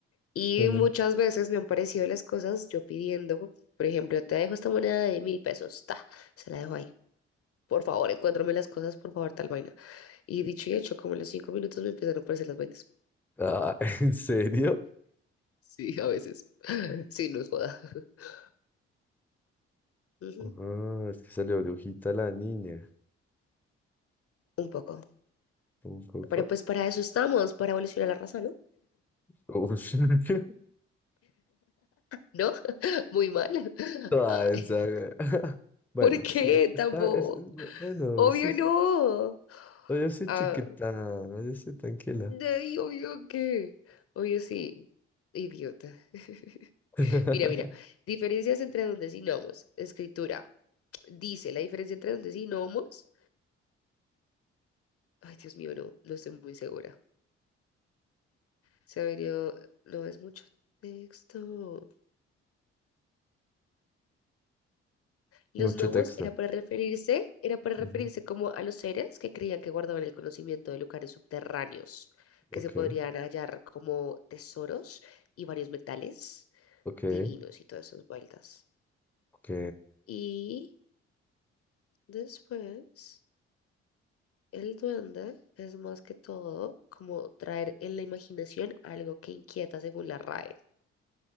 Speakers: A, on the left; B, in the centre.
A: Y
B: Claro.
A: muchas veces me han parecido las cosas yo pidiendo, por ejemplo, te dejo esta moneda de mil pesos, ta, se la dejo ahí. Por favor, encuéntrame las cosas, por favor, tal vaina. Y dicho y hecho, como en los cinco minutos me empiezan a aparecer las vainas.
B: Ah, <laughs> ¿en serio?
A: Sí, a veces. <laughs> Sí, nos joda. <laughs> Ujú,
B: Ah, es que salió brujita la niña.
A: Un poco.
B: Un poco.
A: Pero pues para eso estamos, para evolucionar la raza, ¿no?
B: Uy, <laughs>
A: ¿No? <laughs> Muy mal. <laughs>
B: Toda
A: Ay,
B: densa, güey. Bueno,
A: ¿por qué
B: sí, está,
A: tampoco?
B: es, es bu- bueno,
A: Obvio
B: sí, sí.
A: no.
B: Oye, sí,
A: Ah,
B: chiquita, oye, sí, tranquila.
A: de ahí, obvio que. Obvio sí. Idiota. <laughs>
B: <laughs>
A: Mira, mira. Diferencias entre dondesinomos. Escritura. Dice la diferencia entre dondesinomos. Ay, Dios mío, no, no estoy muy segura. Se ha venido. No es mucho texto. Los
B: Mucho
A: gnomos
B: texto.
A: era para referirse, era para referirse
B: Ujú,
A: como a los seres que creían que guardaban el conocimiento de lugares subterráneos, que
B: Ok,
A: se podrían hallar como tesoros y varios metales
B: ok,
A: divinos y todas esas vueltas.
B: ok.
A: Y después, el duende es más que todo como traer en la imaginación algo que inquieta según la RAE.